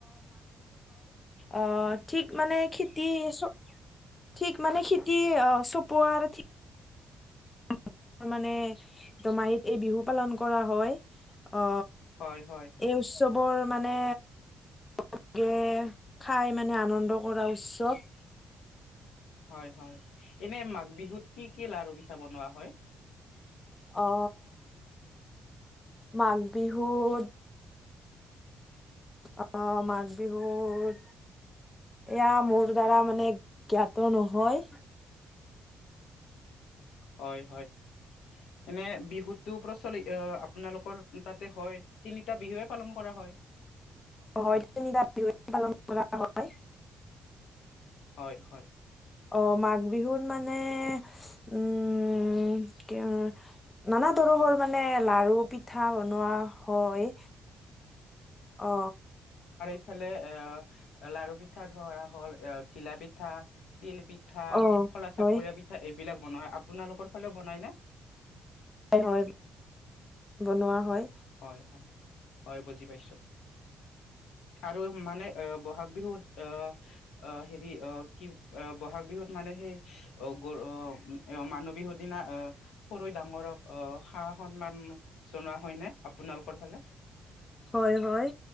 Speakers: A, on the left; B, on the left.
A: অ', ঠিক মানে খেতি চ ঠিক মানে খেতি অ, চপোৱাৰ ঠিক <unintelligible> তাৰ মানে দোমাহীত এই বিহু পালন কৰা হয়। অ,
B: হয় হয়
A: এই উৎসৱৰ মানে লাগে খাই মানে আনন্দ কৰা উৎসৱ।
B: হয় হয় এনে মাঘ বিহুত কি কি লাৰু পিঠা বনোৱা হয়?
A: অ, মাঘ বিহুত অ, মাঘ বিহুত এয়া মোৰ দ্বাৰা মানে জ্ঞাতো নহয়
B: হয় হয় এনে বিহুতটো প্ৰচলিত আপোনালোকৰ তাতে হয় তিনিটা বিহুৱে পালন কৰা হয়।
A: হয় তিনিতা বিহুৱে পালন কৰা হয়।
B: হয় হয়
A: অ, মাঘ বিহুত মানে উম, কিএ নানা ত তৰহৰ মানে লাৰু পিঠা পিঠা বনোৱা হয়, অ,
B: ইফালে এ লাৰু পিঠা ধৰা হ'ল, এ ঘিলা পিঠা, তিল পিঠ পিঠা,
A: অ
B: খলা চাপৰীয়া
A: হয়
B: পিঠা, এইবিলাক বনোৱা হয় আপোনালোকৰ ফালেও বনাই নে?
A: হয় বনোৱা হয়
B: হয়, হয়, হয়, বুজি পাইছো আৰু মানে অ, ব'হাগ বিহুত অ, অ, হেৰি অ, কি অ, বহাগ বিহুত মানে সেই অ, গৰু অ উম, মানুহ বিহু দিনা অ, সৰুই ডাঙৰক অ, সা-সন্মান জনোৱা হয়নে? আপোনালোকৰ ফালে?
A: হয়, হয়,